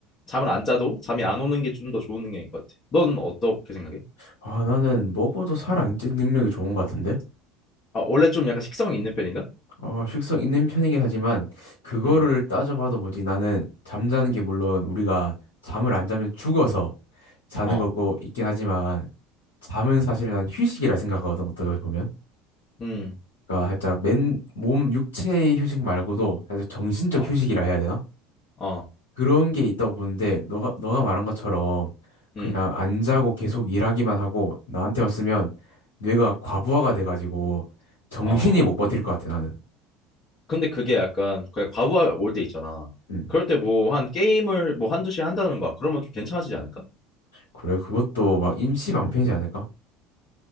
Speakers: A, on the left; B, on the left.
A: 잠을 안 자도 잠이 안 오는 게 좀 더 좋은 능력인 것 같아. 넌 어떻게 생각해?
B: 아, 나는 먹어도 살 안 찌는 능력이 좋은 것 같은데?
A: 아 원래 좀 약간 식성이 있는 편인가?
B: 어, 식성 있는 편이긴 하지만 그거를
A: 음,
B: 따져봐도 뭐지 나는 잠자는 게 물론 우리가 잠을 안 자면 죽어서 자는
A: 어,
B: 거고 있긴 하지만 잠은 사실 난 휴식이라 생각하거든 어떻게 보면
A: 음,
B: 그러니까 살짝 맨 몸 육체의 휴식 말고도 살짝 정신적
A: 어,
B: 휴식이라 해야 되나?
A: 어,
B: 그런 게 있다고 보는데 너가 너가 말한 것처럼 그냥
A: 음,
B: 안 자고 계속 일하기만 하고 나한테 왔으면 뇌가 과부하가 돼가지고 정신이
A: 어.
B: 못 버틸 것 같아 나는.
A: 근데 그게 약간 그냥 과부하 올 때 있잖아.
B: 음.
A: 그럴 때 뭐 한 게임을 뭐 한두 시간 한다는 거야. 그러면 좀 괜찮아지지 않을까?
B: 그래, 그것도 막 임시
A: 어.
B: 방편이지 않을까?